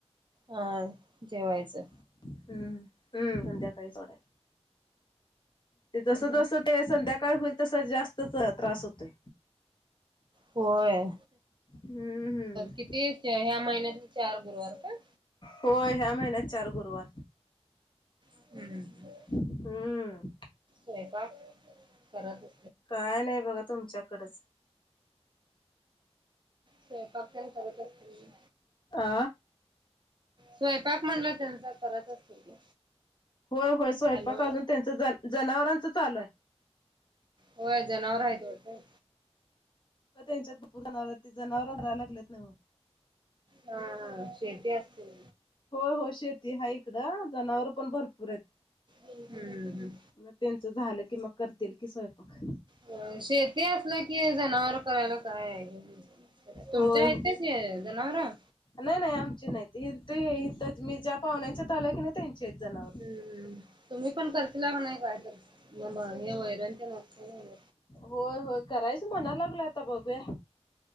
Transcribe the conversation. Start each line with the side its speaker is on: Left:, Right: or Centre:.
Right: हां जेवायचं
Left: हम्मं हम्मं संध्याकांळी सोडायचं ते जसं
Right: मग
Left: जसं ते संध्याकांळ होईल तसं जास्तं चं त्रासं होतोय
Right: होयं
Left: हम्म हम्म
Right: किती ह्यां महिन्यांत चार गुरुवार कां
Left: होयं ह्यां महिन्यांत चार गुरुवार
Right: हम्मं
Left: हम्मं
Right: हेपां करतं
Left: कायं नाहीं बघां तुमच्यांकडेचं
Right: स्वयंपाक तेन करत असतील.
Left: आ,
Right: स्वयंपाक म्हणला त्यांचा करत असतील की,
Left: होय होय स्वयंपाक
Right: हॅलो
Left: अजून त्यांच ज जनावरांच चालू आहे.
Right: होय जनावर आहेत वाटतं.
Left: होय त्यांच्यातुपरवरात ते जनावर राहाला लागल्यात नाव.
Right: हा हा, शेती असते.
Left: हो हो, शेती हाय इकडं जनावर पण भरपूर आहेत.
Right: हम्म,
Left: मग त्यांच झालं की, मग करतील कि, स्वयंपाक.
Right: होय शेती असलं कि, जनावर. करायला काय आहे तुमच्या
Left: होय
Right: आहेतच जनावरवर.
Left: नाही नाही आमची नाही इथे हितच मी जा पाहुण्यांच्या आलोय की नाही त्यांचे जणव''--''
Right: हम हम, तुम्ही पण करशील का नाय काय तर म हे वैर्यांच्या तेन नुकसान.
Left: होय होय करायच म्हणायला लागल आता बघूया.